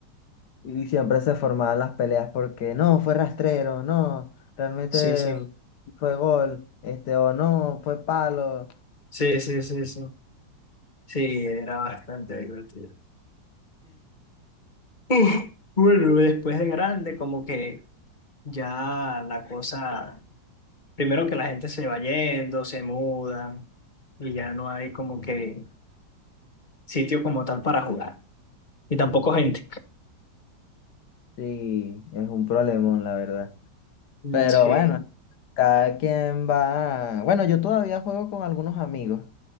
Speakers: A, on the left; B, on the left.
A: Y siempre se formaban las peleas porque no, fue rastrero, no, realmente
B: Sí, sí,
A: fue gol, este, o no, fue palo.
B: sí, sí, sí, sí. Sí, era bastante divertido. <laughs> Uf, Bueno, después de grande, como que ya la cosa, primero que la gente se va yendo, se muda y ya no hay como que sitio como tal para jugar y tampoco gente.
A: Sí, es un problemón, la verdad.
B: Mm,
A: Pero
B: Sí.
A: bueno, cada quien va. Bueno, yo todavía juego con algunos amigos.